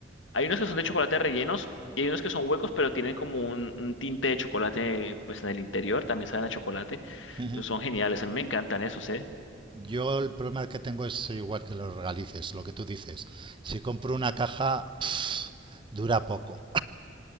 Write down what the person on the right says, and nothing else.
Uh-huh.
Yo el problema que tengo es igual que los regalices, lo que tú dices. Si compro una caja, pff, dura poco.